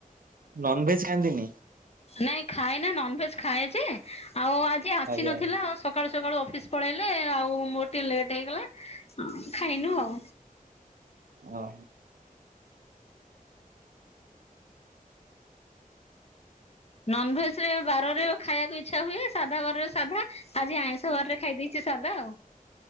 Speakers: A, on the right; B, on the left.
A: ନନ ଭେଜ୍ ଖାଆନ୍ତିନି।
B: ନାଇଁ ଖାଏ ନା ନନଭେଜ ଖାଏ ଯେ ଆଉ ଆଜି ଆସି
A: ଆଜ୍ଞା
B: ନଥିଲା
A: ଆଜ୍ଞା
B: ସ ସକାଳୁ ସକାଳୁ ଅଫିସ ପଳେଇଲେ ଆଉ ମୋର ଟିକେ ଲେଟ୍ ହେଇଗଲା ଅଁ ଖାଇନୁ ଆଉ।
A: ଓହୋ।
B: ନନଭେଜରେ ବାରରେ ଖାଇବାକୁ ଇଚ୍ଛା ହୁଏ ସାଧା ବାରରେ ସାଧା ଆଜି ଆଇଁଷ ବାରରେ ଖାଇଦେଇଛି ସାଧା ଆଉ।